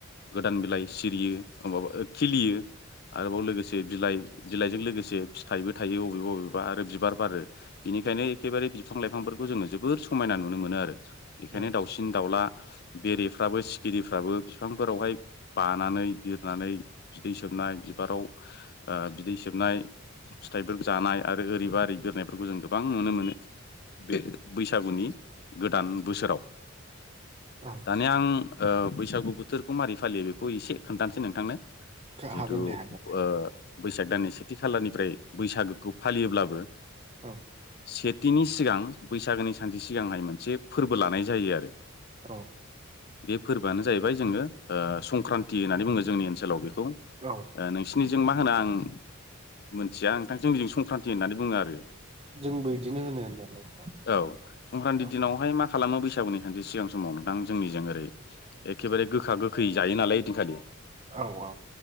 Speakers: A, on the left; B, on the right.
A: गोदान बिलाइ सिरियो माबा खिलियो। आरोबाव लोगोसे बिलाइ बिलाइजों लोगोसे फिथाइबो थायो बबेबा बबे बा आरो बिबार बारो बिनिखायनो एखेबारे बिफां लाइफांफोरखौ जोङो जोबोर समायना नुनो मोनो आरो। बेखायनो
B: औ
A: दाउसिन दाउला बेरेफ्राबो सिखिरिफ्राबो बिफांफोरावहाय बानानै बिरनानै बिदै सोबनाय बिबाराव ओ बिदै सोबनाय फिथाइफोर जानाय आरो ओरैबा ओरै बिरनायफोरखौ जों गोबां नुनो मोनो बे बैसागुनि गोदान बोसोराव।
B: औ
A: दानि आं ओ बैसागु बोथोरखौ मारोरै फालियो बेखौ एसे खोन्थानोसै नोंथांनो जिहेतु
B: हागोन दे हागोन
A: ओ बैसाग दाननि सेथि खालारनिफ्राय बैसागोखौ फालियोब्लाबो
B: औ
A: सेथिनि सिगां बैसागोनि सानसे सिगांहाय मोनसे फोरबो लानाय जायो आरो।
B: औ
A: बे फोरबोआनो जाहैबाय जोङो ओ संक्रान्ति होननानै बुङो जोंनि ओनसोलाव बेखौ। ओ
B: औ
A: नोंसिनिजों मा होनो आं मोनथिया नोंथांजों सम ख्रान्ति होननानै बुङो आरो
B: जोंबो बिदिनो होनो होननायालाय नोंथां
A: औ संक्रान्ति
B: औ
A: दिनावहाय मा खालामो बैसागुनि सानसे सिगां समाव नोंथां जोंनिजों ओरै एखेबारे गोखा गोखै जायो नालाय ओयदिनखालि।
B: औ-औ।